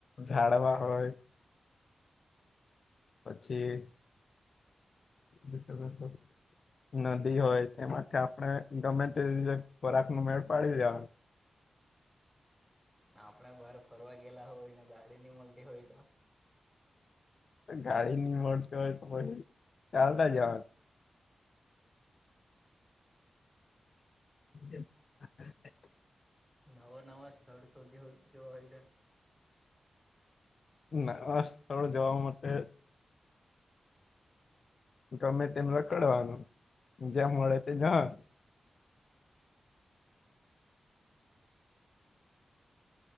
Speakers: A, on the left; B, in the centre.
A: ઝાડવા હોય પછી બ <unintelligible> નદી હોય તે માટે આપણે ગમે તે રીતે ખોરાક નો મેળ પાડી દેવાનું
B: આપણે બહાર ફરવા ગયેલા હોય ને ગાડી ન‌ઇ મળતી હોય તો
A: ગાડી ની મળતી હોય તો પછી ચાલતા જવાનું <unintelligible> <unintelligible>
B: નવા નવા સ્થળ શોધી જોવાય
A: ના આ સ્થળ જવા માટે ગમે તેમ રખડવાનું જ્યાં મળે તે જવાનું